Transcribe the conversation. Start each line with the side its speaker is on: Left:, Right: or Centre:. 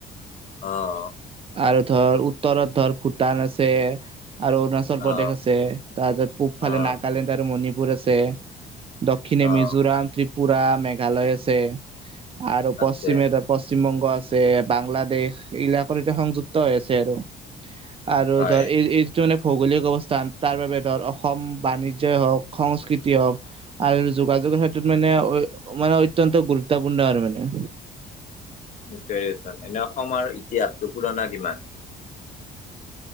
Left: অ',
Right: আৰু ধৰ উত্তৰত ধৰ ভূটান আছে আৰু চল প্ৰদেশ
Left: অ
Right: আছে তাৰ পিছত পূব ফালে
Left: অ
Right: নাগালেণ্ড আৰু মণিপুৰ আছে। দক্ষিণে
Left: অ
Right: মিজোৰাম, ত্ৰিপুৰা, মেঘালয় আছে আৰু পশ্চিমে
Left: আছে
Right: পশ্চিম বংগ আছে বাংলাদেশ এইবিলাকৰ এতিয়া সংযুক্ত হৈ আছে আৰু। আৰু
Left: হয়
Right: ধৰ এই এই যনে ভৌগোলিক অৱস্থান তাৰ বাবে ধৰ অসম বাণিজ্য হওক সংস্কৃতি হওক আৰু যোগাযোগৰ ক্ষেত্ৰত মানে মানে অত্যন্ত গুৰুত্বপূৰ্ণ আৰু মানে।
Left: <unintelligible> এনে অসমৰ ইতিহাসটো পুৰণা কিমান?